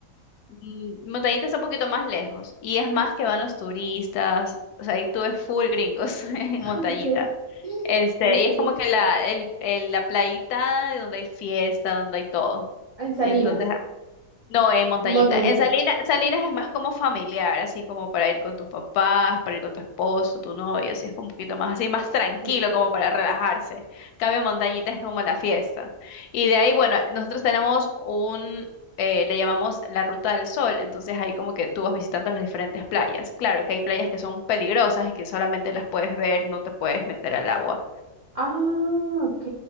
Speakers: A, on the left (about 90°); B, on the right (about 65°).
A: mm, Montañita está un poquito más lejos y es más que van los turistas, o sea, ahí tú ves full gringos <laughs> en
B: <laughs>
A: Montañita.
B: Ok.
A: Este,
B: Ok.
A: y es como que la, el, el- la playita donde hay fiesta, donde hay todo.
B: Ah, En Salinas,
A: Y entonces no, en Montañita.
B: Montañita.
A: En Salinas, Salinas es más como familiar, así como para ir con tus papás, para ir con tu esposo, tu novio, así es como un poquito más así, más tranquilo,
B: Sí.
A: como para relajarse. Cambio Montañita es como la fiesta. Y de ahí, bueno, nosotros tenemos un, eh, le llamamos la Ruta del Sol, entonces ahí como que tú vas visitando las diferentes playas. Claro que hay playas que son peligrosas y que solamente las puedes ver, no te puedes meter al agua
B: Ah, ok.